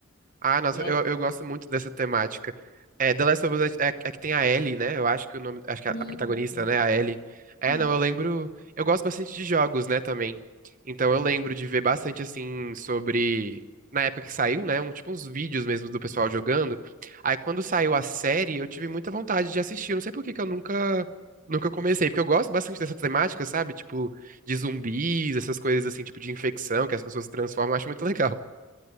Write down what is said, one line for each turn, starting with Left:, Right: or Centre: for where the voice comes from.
Right: Ah, nossa,
Left: E aí.
Right: eu, eu gosto muito dessa temática. É, The Last of Us é, é- é que tem a Ellie, né? Eu acho que o nome, acho que
Left: Isso.
Right: a, a protagonista, né, a Ellie. É,
Left: Uhum,
Right: não, eu lembro. Eu gosto bastante de jogos, né, também. Então eu lembro de ver bastante assim sobre na época que saiu, né, um tipo uns vídeos mesmo do pessoal jogando. Aí quando saiu a série, eu tive muita vontade de assistir. Eu não sei por que que eu nunca nunca comecei, porque eu gosto bastante dessa temática, sabe? Tipo de zumbis, essas coisas assim, tipo de infecção que as pessoas se transformam, eu acho muito legal.